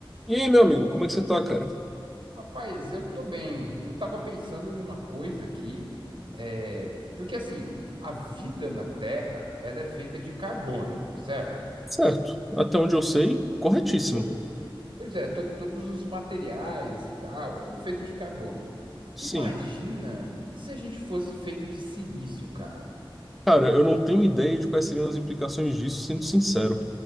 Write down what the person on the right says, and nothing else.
Rapaz, eu tô bem. Eu tava pensando numa coisa aqui, é, porque assim, a vida na Terra, ela é feita de carbono, certo?
É,
pois, pois é, to- todos os materiais e tal, é tudo feito de carbono.
Imagina se a gente fosse feito de silício, cara.